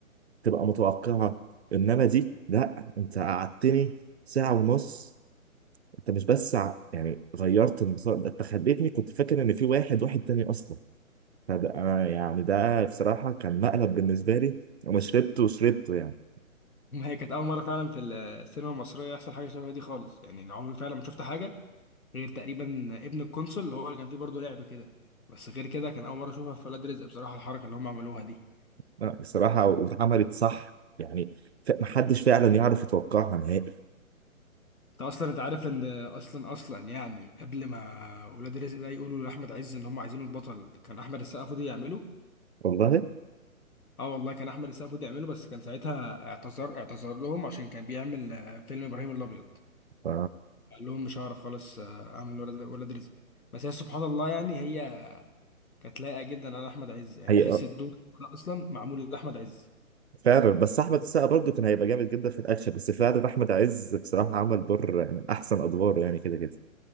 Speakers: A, on the right; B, on the left.
A: تبقى متوقعه انما دي لا انت قعدتني ساعه ونص انت مش بس ع- يعني غيرت المسار ده انت خليتني كنت فاكر ان في واحد واحد تاني اصلا فده أنا يعني ده بصراحه كان مقلب بالنسبه لي انا شربته وشربته يعني
B: <laughs> ما هي كانت اول مره فعلا في السينما المصريه يحصل حاجه شبه دي خالص يعني أنا عمري فعلا ما شفت حاجه غير تقريبا ابن القنصل اللي هو اللي كان فيه برضه لعب كده بس غير كده كان اول مره اشوفها في ولاد رزق بصراحه الحركه اللي هم عملوها دي
A: لا بصراحه واتعملت صح يعني ف- محدش فعلا يعرف يتوقعها نهائي
B: انت اصلا انت عارف ان اصلا اصلا يعني قبل ما ولاد رزق ده يقولوا لاحمد عز ان هم عايزينه البطل كان احمد السقا المفروض يعمله
A: والله
B: اه والله كان احمد السقا المفروض يعمله بس كان ساعتها اعتذر اعتذر لهم عشان كان بيعمل آه، فيلم ابراهيم الابيض
A: ف
B: قال لهم مش هعرف خالص آه، اعمل ولاد ولاد رزق بس هي سبحان الله يعني هي كانت لايقه جدا على احمد عز يعني
A: هي
B: تحس الدور ده اصلا معمول لاحمد عز
A: فعلا بس احمد السقا برضه كان هيبقى جامد جدا في الاكشن بس فعلا احمد عز بصراحه عمل دور من احسن ادواره يعني كده كده